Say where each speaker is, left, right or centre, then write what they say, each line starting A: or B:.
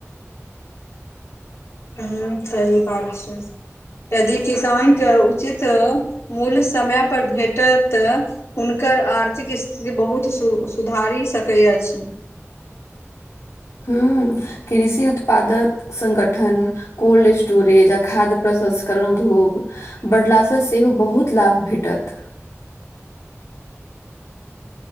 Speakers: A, on the left (about 60°); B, on the left (about 80°).
A: हुँ सही बात छै यदि किसान के उचित मूल्य समय पर भेटत हुनकर आर्थिक स्थिति बहुत सु सुधारी सकै अछि
B: हूँ कृषि उत्पादक संगठन कोल्ड स्टोरेज आ खाद्य प्रसंस्करण उद्योग बढ़लासँ सेहो बहुत लाभ भेटत